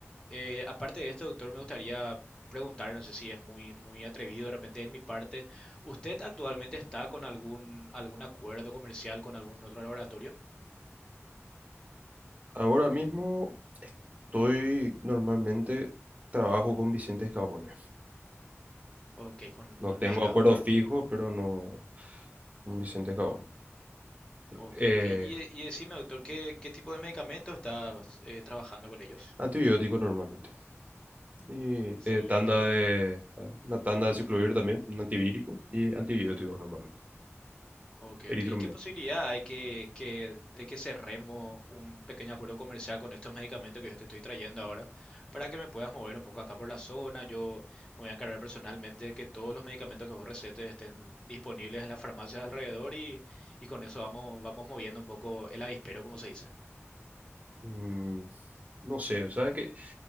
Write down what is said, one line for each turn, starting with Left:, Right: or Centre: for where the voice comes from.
Left: Eh, aparte de esto, doctor, me gustaría preguntar, no sé si es muy, muy atrevido de repente de mi parte, ¿usted actualmente está con algún, algún acuerdo comercial con algún otro laboratorio?
Right: Ahora mismo estoy normalmente trabajo con Vicente Escabone.
Left: Ok, con,
Right: No
Left: con
Right: tengo
Left: Lasca,
Right: acuerdo
Left: doctor.
Right: fijo, pero no con Vicente Escabone.
Left: Ok,
Right: Eh,
Left: ok. Y, y decime, doctor, ¿qué, qué tipo de medicamentos está eh, trabajando con ellos?
Right: antibiótico normalmente. Y
Left: Excelente,
Right: eh, tanda
Left: doctor.
Right: de ah, una tanda de ciclovir también, un antivírico y antibióticos normalmente.
Left: Ok,
Right: Eritromin.
Left: ok. ¿Y qué posibilidad hay que, que- de que cerremos un pequeño acuerdo comercial con estos medicamentos que yo te estoy trayendo ahora para que me puedas mover un poco acá por la zona? Yo me voy a encargar personalmente de que todos los medicamentos que vos recetes estén disponibles en las farmacias de alrededor y, y con eso vamos, vamos moviendo un poco el avispero, como se dice.
Right: Mm, no sé, o sea que